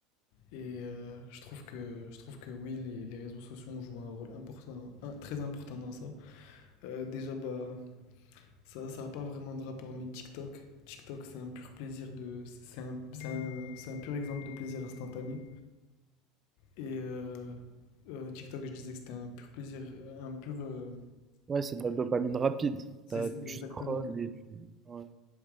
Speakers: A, on the left; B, on the right.
A: Et euh, je trouve que, je trouve que oui, les, les réseaux sociaux ont joué un rôle important, un- très important dans ça. Euh, déjà, bah, Ça, ça a pas vraiment de rapport, mais TikTok, TikTok, c'est un pur plaisir de, c'est un, c'est un- c'est un pur exemple de plaisir instantané. Et euh, euh, TikTok, je disais que c'était un pur plaisir, un pur, euh,
B: Ouais, c'est de la dopamine rapide.
A: c'est
B: T'as-
A: ça exactement.
B: tu scrolles et tu... ouais.